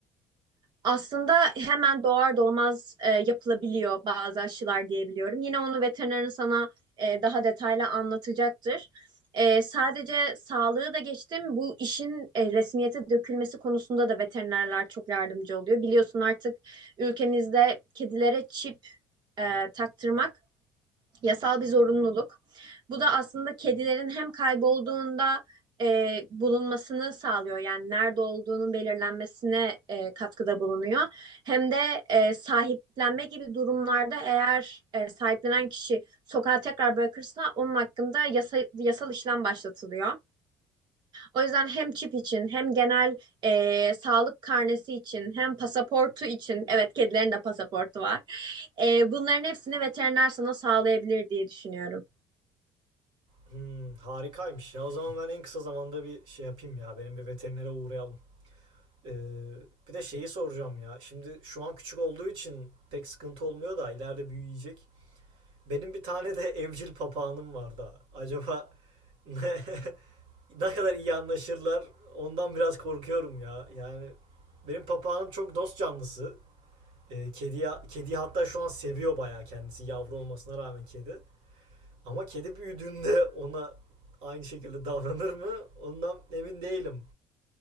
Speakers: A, on the right; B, on the right.
A: Aslında hemen doğar doğmaz e, yapılabiliyor bazı aşılar diyebiliyorum. Yine onu veterinerin sana e, daha detaylı anlatacaktır. E, sadece sağlığı da geçtim. Bu işin e, resmiyete dökülmesi konusunda da veterinerler çok yardımcı oluyor. Biliyorsun artık ülkemizde kedilere çip e, taktırmak Yasal bir zorunluluk. Bu da aslında kedilerin hem kaybolduğunda e, bulunmasını sağlıyor. Yani nerede olduğunun belirlenmesine e, katkıda bulunuyor. Hem de e, sahiplenme gibi durumlarda eğer e, sahiplenen kişi sokağa tekrar bırakırsa onun hakkında yasa, yasal işlem başlatılıyor. O yüzden hem çip için hem genel e, sağlık karnesi için hem pasaportu için evet kedilerin de pasaportu var. E, bunların hepsini veteriner sana sağlayabilir diye düşünüyorum.
B: Hmm, harikaymış ya. O zaman ben en kısa zamanda bir şey yapayım ya. Benim bir veterinere uğrayalım. Ee, bir de şeyi soracağım ya. Şimdi şu an küçük olduğu için pek sıkıntı olmuyor da ileride büyüyecek. Benim bir tane de <laughs> evcil papağanım var da. Acaba <laughs> ne kadar iyi anlaşırlar ondan biraz korkuyorum ya. Yani benim papağanım çok dost canlısı. Ee, kediye, kediyi hatta şu an seviyor bayağı kendisi yavru olmasına rağmen kedi. Ama kedi büyüdüğünde ona aynı şekilde davranır mı? Ondan emin değilim.